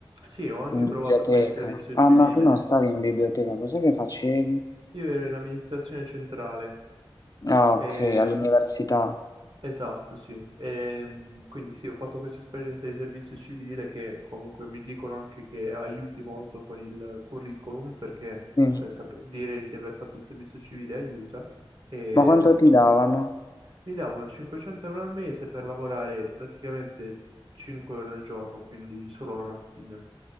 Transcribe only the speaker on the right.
sì, ho anche
provato con il servizio
civile,
Io ero in amministrazione centrale,
ehm,
esatto, sì. Ehm, quindi sì, ho fatto questa esperienza di servizio civile che comunque mi dicono anche che aiuti molto con il curriculum perché
eh, sap- dire di aver fatto il servizio civile aiuta. E,
mi davano 500 euro al mese per lavorare praticamente 5 ore al giorno, quindi solo la mattina.